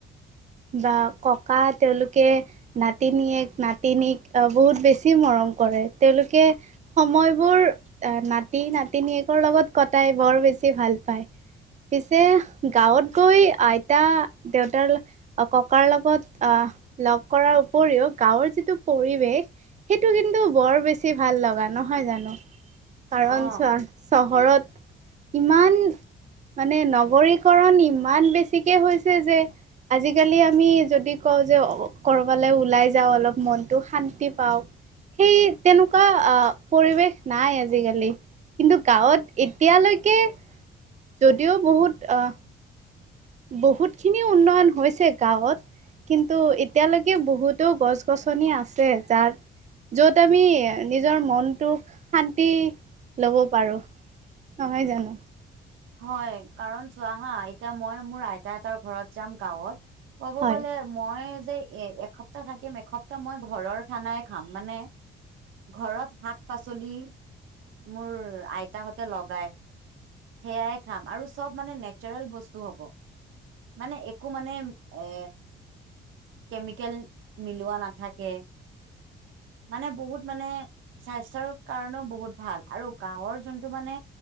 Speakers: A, on the right (about 35°); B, on the right (about 80°).
A: বা ককা তেওঁলোকে নাতিনীয়েক নাতিনীক বহুত বেছি মৰম কৰে তেওঁলোকে সময়বোৰ নাতি নাতিনীয়েকৰ লগত কটাই বৰ বেছি ভাল পায়। পিছে গাঁৱত গৈ আইতা দেউতাৰ ককাৰ লগত আহ লগ কৰাৰ উপৰিও গাঁৱৰ যিটো পৰিৱেশ সেইটো কিন্তু বৰ বেছি ভাল লগা নহয় জানো কাৰণ
B: অ
A: চোৱা চ হৰত ইমান মানে নগৰীকৰণ ইমান বেছিকে হৈছে যে আজি কালি আমি যদি কওঁ যে কৰবালৈ ওলাই যাওঁ অলপ মনটো শান্তি পাও সেই তেনেকোৱা আহ পৰিৱেশ নাই আজিকালি কিন্তু গাঁৱত এতিয়ালৈকে যদিও বহুত অহ বহুত খিনি উন্নয়ন হৈছে গাঁৱত কিন্তু এতিয়ালৈকে বহুতো গছ গছনি আছে যাৰ। যত আমি নিজৰ মনটোক শান্তি লব পাৰো নহয় জানো।
B: হয় কাৰণ চোৱা হা এতিয়া মই মোৰ আইতা হেতৰ ঘৰত যাম গাঁৱত ক'ব
A: হয়
B: গলে মই যে এ এসপ্তাহ থাকিম এসপ্তাহ মই ঘৰৰ খানাই খাম মানে। ঘৰত শাক পাচলি। মোৰ আইতাহঁতে লগাই। সেয়াই খাম আৰু চব মানে নেচাৰেল বস্তু হ'ব। মানে একো মানে এ। কেমিকেল মিলোৱা নাথাকে মানে বহুত মানে স্বাস্থ্যৰ কাৰণেও বহুত ভাল আৰু গাঁৱৰ যোনটো মানে।